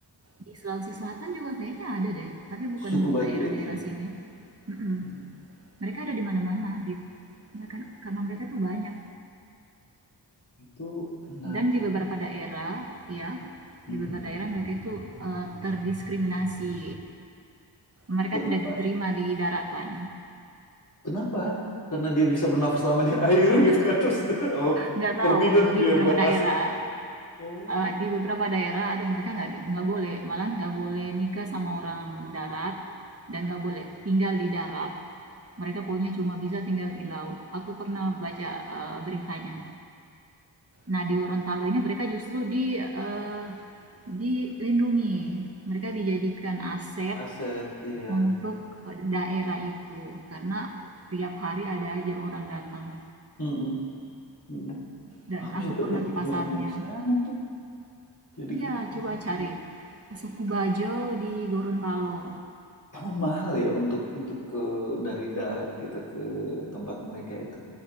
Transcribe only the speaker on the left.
suku baju
itu ya.
Hmm,
itu menarik
sekali.
Mhm.
Kenapa?
Kenapa? Karena dia bisa bernafas lama di air <laughs> gitu kan terus <laughs> apa,
forbidden
dia
buat masuk.
Oh,
aset. Iya,
iya.
mm Mm-mm. Mm.
Aku
juga
kepikiran
mau ke sana tuh. Jadi
kepikiran
juga.
Emang mahal ya untuk untuk ke dari darat kita ke tempat mereka itu